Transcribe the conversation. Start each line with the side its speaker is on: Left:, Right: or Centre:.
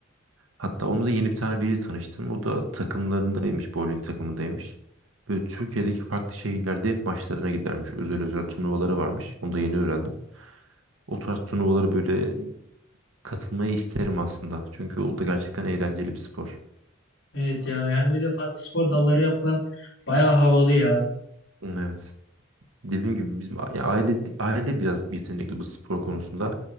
Right: Hatta onu da yeni bir tane biri tanıştım. O da takımlarındaymış, bowling takımındaymış. Böyle Türkiye'deki farklı şehirlerde hep maçlarına gidermiş. Özel özel turnuvaları varmış. Onu da yeni öğrendim. O tarz turnuvalara böyle katılmayı isterim aslında. Çünkü o da gerçekten eğlenceli bir spor.
Left: evet ya yani böyle farklı spor dalları yapman bayağı havalı ya.
Right: Evet. Dediğim gibi bizim a- yani aile aile biraz yetenekli bu spor konusunda.